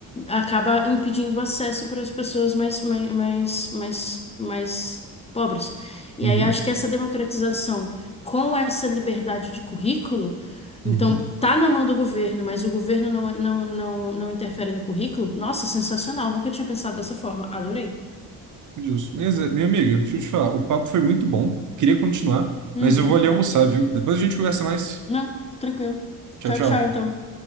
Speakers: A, on the left; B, on the right.
A: acaba impedindo o acesso para as pessoas mais, mais, mais, mais, mais pobres. E
B: Uhum,
A: aí acho que essa democratização com essa liberdade de currículo,
B: uhum.
A: então, tá na mão do governo, mas o governo não, não, não, não interfere no currículo, nossa, sensacional, nunca tinha pensado dessa forma, adorei.
B: Justo. Mas, é, Minha amiga, deixa eu te falar, o papo foi muito bom, queria continuar,
A: Uhum.
B: mas eu vou ali almoçar, viu? Depois a gente conversa mais.
A: Não, tranquilo.
B: Tchau,
A: Tchau,
B: tchau.
A: tchau, então.